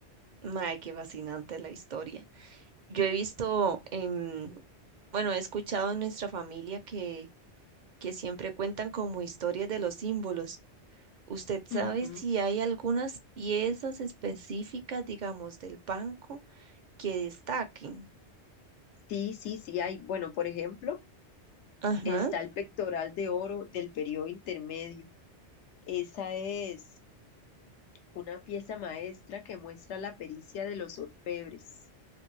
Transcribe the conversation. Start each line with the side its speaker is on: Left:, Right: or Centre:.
Right: Mae, qué fascinante la historia. Yo he visto, em, bueno, he escuchado en nuestra familia que, que siempre cuentan como historias de los símbolos. ¿Usted sabe
Left: Ujú.
Right: si hay algunas piezas específicas, digamos, del banco que destaquen?
Left: Sí, sí, sí, hay, bueno, por ejemplo,
Right: Ajá.
Left: está el pectoral de oro del periodo intermedio. Esa es una pieza maestra que muestra la pericia de los orfebres,